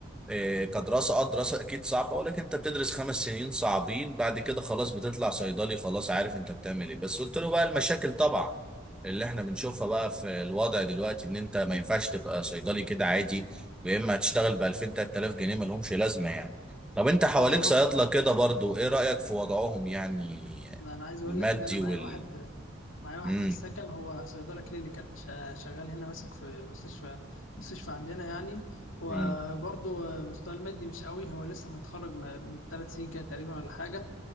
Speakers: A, in the centre; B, on the left.
A: إيه، كدراسة اه دراسة اكيد صعبة ولكن انت بتدرس خمس سنين صعبين بعد كده خلاص بتطلع صيدلي خلاص عارف انت بتعمل ايه بس قلت له بقى المشاكل طبعا اللي احنا بنشوفها بقى في الوضع دلوقتي ان انت ما ينفعش تبقى صيدلي كده عادي ويا اما هتشتغل ب 2000 3000 جنيه ما لهمش لازمة يعني طب انت حواليك
B: بالظبط
A: صيادلة كده برضو ايه رأيك في وضعهم يعني
B: انا عايز اقول
A: المادي
B: لك ان انا معايا
A: وال
B: واحد معايا واحد
A: امم
B: في السكن هو صيدله كلينيكال شا- شغال هنا ماسك في مستشفى مستشفى عندنا يعني وبرضه
A: امم
B: مستواه المادي مش قوي هو لسه متخرج م- من ثلاث سنين كده تقريبا ولا حاجه